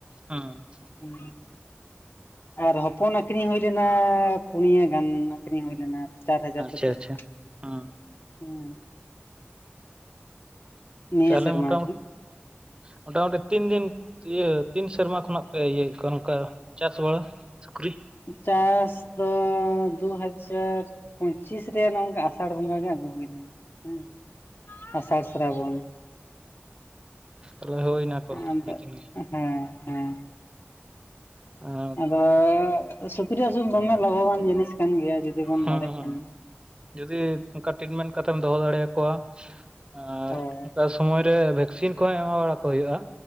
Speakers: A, on the right; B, on the left.
A: ᱦᱮᱸ
B: ᱦᱮᱸ ᱟᱨ ᱦᱚᱯᱚᱱ ᱟᱠᱷᱨᱤᱧ ᱦᱩᱭ ᱞᱮᱱᱟ ᱯᱩᱱᱭᱟ ᱜᱟᱱ ᱟᱠᱷᱨᱤᱧ ᱦᱩᱭ ᱞᱮᱱᱟ ᱪᱟᱨ ᱦᱟᱡᱟᱨ
A: ᱟᱪᱪᱷᱟ
B: ᱠᱟᱛᱮᱫ
A: ᱟᱪᱪᱷᱟ <unintelligible>
B: ᱦᱮᱸ ᱱᱤᱭᱟᱹ
A: ᱛᱟᱦᱚᱞᱮ
B: ᱥᱮᱨᱢᱟ
A: ᱢᱚᱴᱟ
B: ᱜᱮ
A: ᱢᱚᱴ ᱢᱚᱴᱟ ᱢᱩᱴᱤ ᱛᱤᱱ ᱫᱤᱱ ᱤᱭᱟᱹ ᱛᱤᱱ ᱥᱮᱨᱢᱟ ᱠᱷᱚᱱᱟᱜ ᱯᱮ ᱤᱭᱟᱹᱭᱮᱫ ᱠᱚᱣᱟ ᱱᱚᱝᱠᱟ ᱪᱟᱥ ᱵᱟᱲᱟ ᱥᱩᱠᱨᱤ
B: ᱪᱟᱥ ᱫᱚ ᱫᱩ ᱦᱟᱡᱟᱨ ᱯᱚᱸᱪᱤᱥ ᱨᱮᱭᱟᱜ ᱱᱚᱝᱠᱟ ᱟᱥᱟᱲ ᱵᱚᱸᱜᱟ ᱜᱮ ᱟᱹᱜᱩ ᱦᱩᱭ ᱞᱮᱱᱟ ᱦᱮᱸ ᱟᱥᱟᱲ ᱥᱨᱟᱵᱚᱱ
A: ᱛᱮ ᱦᱩᱭ ᱱᱟᱠᱚ
B: ᱟᱫᱚ
A: ᱟᱹᱰᱤ ᱫᱤᱱ ᱱ ᱜᱮ
B: ᱦᱮᱸ ᱦᱮᱸ
A: <unintelligible>
B: ᱟᱫᱚ ᱥᱩᱠᱨᱤ ᱟᱹᱥᱩᱞ ᱫᱚᱢᱮ ᱞᱟᱵᱷᱚᱵᱟᱱ ᱡᱤᱱᱤᱥ ᱠᱟᱱ ᱜᱮᱭᱟ ᱡᱩᱫᱤ ᱵᱚᱱ
A: ᱦᱩᱸ
B: ᱫᱟᱲᱮᱜ
A: ᱦᱩᱸ
B: ᱠᱷᱟᱱ
A: ᱡᱚᱫᱤ ᱠᱟᱴᱤᱴ ᱢᱮᱱ ᱠᱟᱛᱮᱢ ᱫᱚᱦᱚ ᱫᱟᱲᱮᱭᱟ ᱠᱚᱣᱟ ᱟᱨ
B: ᱦᱳᱭ
A: ᱚᱱᱠᱟ ᱥᱚᱢᱚᱭᱨᱮ ᱵᱷᱮᱠᱥᱤᱱ ᱠᱚᱦᱚᱸ ᱮᱢᱟ ᱵᱟᱲᱟ ᱠᱚ ᱦᱩᱭᱩᱜ-ᱟ